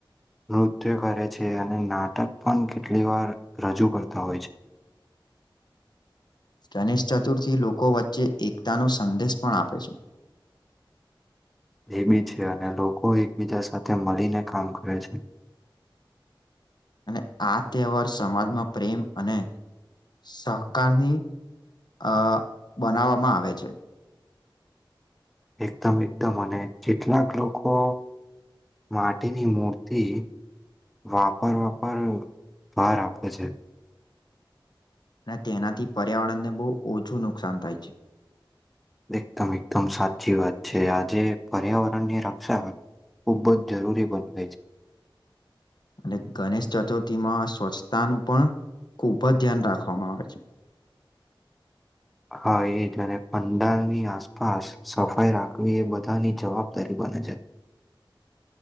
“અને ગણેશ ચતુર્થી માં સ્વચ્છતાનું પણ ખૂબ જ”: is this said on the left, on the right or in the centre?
Left